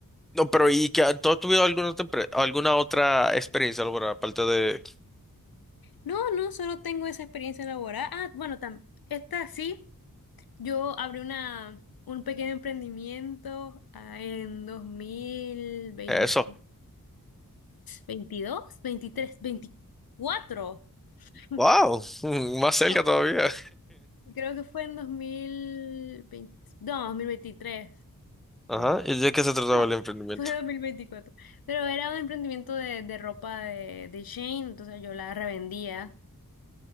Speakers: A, in the centre; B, on the left.
A: No, pero ¿y que tú has tenido alguna, otra empre- alguna otra experiencia laboral aparte de
B: No, no, solo tengo esa experiencia laboral. Ah, bueno, tam- esta sí. Yo abrí una, un pequeño emprendimiento ah, en dos mil veinte,
A: eso?
B: veintidós veintitrés veinticuatro <laughs>
A: Wow, <laughs> más cerca
B: No,
A: todavía.
B: creo que fue en 2020, no, 2023.
A: <laughs>
B: o
A: Ajá,
B: 20
A: ¿y de qué se trataba
B: no,
A: el emprendimiento?
B: <laughs> fue dos mil veinticuatro Pero era un emprendimiento de, de ropa de, de Shein, entonces yo la revendía.